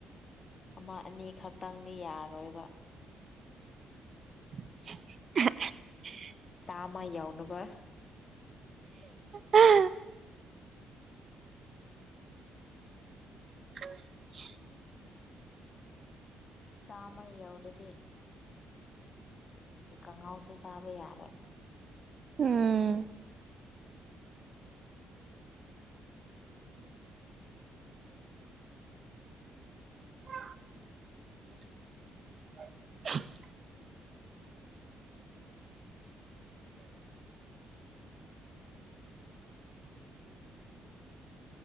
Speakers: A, on the left (about 45°); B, on the right (about 45°).
A: ꯑꯃ ꯑꯅꯤꯈꯛ ꯇꯪꯗꯤ ꯌꯥꯔꯣꯏꯕ
B: <unintelligible>
A: ꯆꯥꯝꯃ ꯌꯥꯎꯅꯕ
B: ꯑ ꯑ
A: ꯆꯃꯎꯔꯗꯤ ꯈꯉꯥꯎꯁꯨ ꯆꯥꯕ ꯌꯥꯔꯦ
B: ꯎꯝ <unintelligible>